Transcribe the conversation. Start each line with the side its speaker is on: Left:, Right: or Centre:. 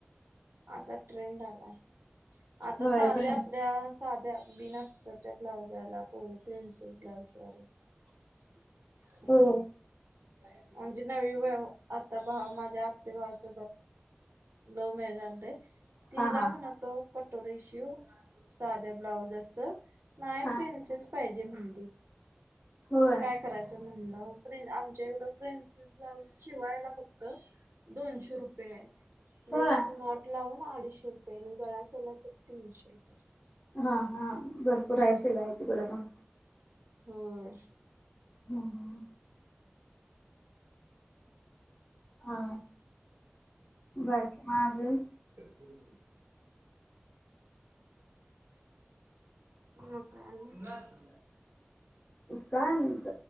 Right: आता ट्रेंड आलाय आता
Left: होय
Right: साध्या
Left: प्रे
Right: आपल्या त्या साध्या बी न असतं त्या ब्लाउजाला पोरी पिन्सल ब्लाउज वाला <inaudible>
Left: हो
Right: म्हणजे नवी व आता भावाच माझ्या आते भावाच लव्ह मॅरेज आणते तिला
Left: हा हा
Right: म्हणत तो कटोरी शिवू साध्या ब्लाउजाच नाही
Left: हा
Right: प्रिन्सेस पाहिजे जे म्हणते
Left: होय
Right: आता काय करायचं म्हणलं प्रिन आमच्या इकडं प्रिन्सेस ब्लाऊज शिवायला फक्त दोनशे रुपये
Left: होय
Right: दे इस नॉट लावून आडीशे रुपये आणि गळा केला तर तीनशे रुपये
Left: हा हा भरपूर आहे शिला आहे तिकडे पण
Right: होय
Left: हम्म हा बाकी आजून
Right: बुडु मग काय आणि
Left: काय आणल